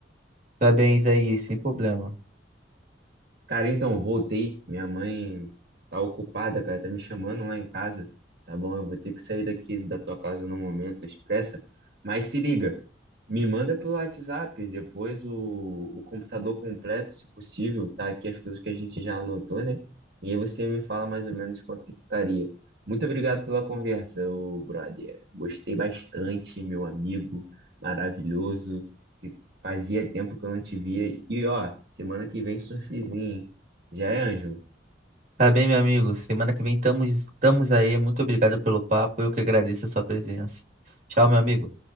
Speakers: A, on the right; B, on the right.
A: Tá bem, Isaías, sem problema.
B: Cara, então, voltei. Minha mãe tá ocupada, cara, tá me chamando lá em casa, tá bom? Eu vou ter que sair daqui da tua casa no momento, expressa. Mas se liga. Me manda pelo WhatsApp depois o, o computador completo, se possível, tá aqui as coisas que a gente já anotou, né? E aí você me fala mais ou menos quanto que ficaria. Muito obrigado pela conversa, ô brother. Gostei bastante, meu amigo maravilhoso, que fazia tempo que eu não te via. E ó, semana que vem surfzinho, hein? Já é, Ângelo?
A: Tá bem, meu amigo. Semana que vem estamos, estamos aí. Muito obrigado pelo papo. Eu que agradeço a sua presença. Tchau, meu amigo.